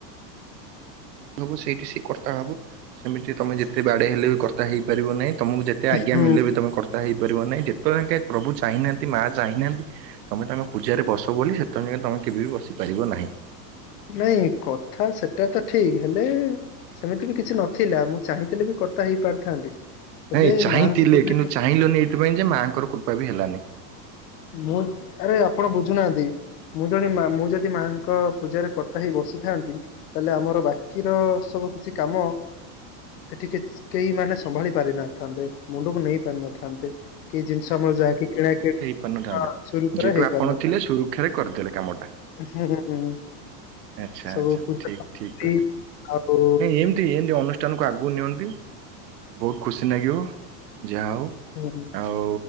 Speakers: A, on the right; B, on the left.
A: ହୋବୁ ସେଇଠି ସେ କର୍ତ୍ତା ହୋବୁ ସେମିତି ତମେ ଯେତେ ବାଡେଇ ହେଲେ ବି କର୍ତ୍ତା ହେଇପାରିବ ନାହିଁ। ତମକୁ ଯେତେ ଆଜ୍ଞା
B: ହୁଁ
A: ମିଳିଲେବି ତମେ କର୍ତ୍ତା ହେଇପାରିବ ନାହିଁ ଯେତେବେଳେ ଯାଙ୍କେ ପ୍ରଭୁ ଚାହିଁହାନ୍ତି ମା ଚାହିଁନାହାନ୍ତି। ତମେ ତାଙ୍କ ପୂଜାରେ ବସ ବୋଲି ସେ ବେଳେ ଯାଙ୍କ ତମେ କେବେ ବି ବସି ପାରିବ ନାହିଁ।
B: ନାଇଁ କଥା ସେଟା ତ ଠିକ୍ ହେଲେ ସେମିତି ବି କିଛି ନଥିଲା ମୁଁ ଚାହିଁଥିଲେ ବି କର୍ତ୍ତା ହେଇ ପାରିଥାନ୍ତି। ହେଲେ
A: ନାଇଁ ଚାହିଁଥିଲେ
B: ମାଙ୍କ ପୂଜା
A: କିନ୍ତୁ
B: ଟା-
A: ଚାହିଁଲନି ଏଇଥିପାଇଁ ଯେ ମାଆଙ୍କର କୃପା ବି ହେଲାନି।
B: ମୁଁ ଆରେ ଆପଣ ବୁଝୁନାହାନ୍ତି। ମୁଁ ଜଣେ ମା ମୁଁ ଯଦି ମାଙ୍କ ପୂଜାରେ କର୍ତ୍ତା ହେଇକି ବସିଥାନ୍ତି ତାହେଲେ ଆମର ବାକି ର ସବୁ କିଛି କାମ ଏଠିକିଚି କେହି ମାନେ ସମ୍ଭାଳି ପାରିିନଥାନ୍ତେ ମୁଣ୍ଡକୁ ନେଇ ପାରିନଥାନ୍ତେ। କି ଜିନିଷ ଆମର ଯାକି କିଣା କିଣି
A: ପାରିନଥାନ୍ତା
B: ହଁ ସୁରୁଖୁରୁରେ
A: ଯେହେତୁ
B: ହେଇପାରିନଥାନ୍ତା।
A: ଆପଣ ଥିଲେ ସରୁକ୍ଷରେ କରିଦେଲେ କାମଟା।
B: ହୁଁ ହଁ ହୁଁ।
A: ଆଛା
B: ସବୁ
A: ଆଛା
B: ପୂଜା
A: ଠିକ୍
B: ସାମଗ୍ରୀ
A: ଠିକ୍ କଥା
B: ଆଉ
A: ନାଇଁ ଏମିତି ଏମିତି ଅନ ଷ୍ଟାନକୁ ଆଗକୁ ନିଅନ୍ତି ବୋହୁତ ଖୁସି ଲାଗିବ ଯାହା ହୋଉ।
B: ହୁଁ ହୁଁ।
A: ଆଉ